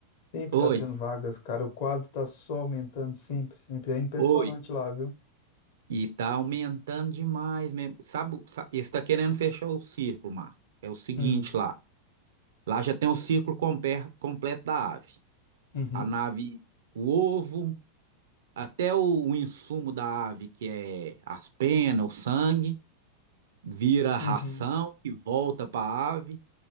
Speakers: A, on the left (about 50°); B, on the right (about 60°).
A: Sempre
B: Oi,
A: tá tendo vagas, cara. O quadro tá só aumentando sempre, sempre. É impressionante
B: oi.
A: lá, viu?
B: E tá aumentando demais mesmo. Sabe, sabe, eles tá querendo fechar o círculo, Márcio. É o seguinte
A: Hum,
B: lá. Lá já tem o círculo comper- completo da ave.
A: uhum,
B: A nave, o ovo, até o, o insumo da ave, que é as penas, o sangue, vira
A: uhum,
B: ração que volta para a ave.